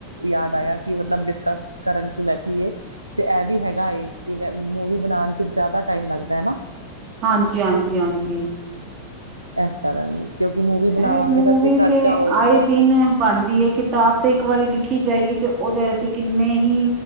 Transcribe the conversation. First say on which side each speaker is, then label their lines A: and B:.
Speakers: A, on the right; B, on the right.
A: ਯਾਦ ਆਇਆ ਕਿ ਮਤਲਬ ਡਿਸਕਸ ਕਰਨ 'ਚ ਬੈਠੀ ਏ। 'ਤੇ ਐ ਵੀ ਹੈਗਾ ਏ ਕਿ ਮੈਂ ਮੂਵੀ ਬਣਾਣ 'ਚ ਜਿਆਦਾ ਟਾਈਮ ਲੱਗਦਾ ਐ ਨਾ।
B: ਹਾਂਜੀ-ਹਾਂਜੀ-ਹਾਂਜੀ।
A: ਐਸ ਕਾਰਨ। ਕਿਉਂਕਿ ਮੂਵੀ
B: ਐ
A: ਬਣਾਵਾਂਗੇ
B: ਮੂਵੀ
A: ਤਾਂ ਅਸੀਂ ਖਰਚਾ
B: 'ਤੇ
A: ਹੋਏਗਾ
B: ਆਏ ਦਿਨ ਬਣਦੀ ਏ ਕਿ ਤਾਬ 'ਤੇ ਇੱਕ ਵਾਰੀ ਲਿਖੀ ਜਾਏਗੀ 'ਤੇ ਉਦੇ ਅਸੀਂ ਕਿੰਨੇ ਹੀ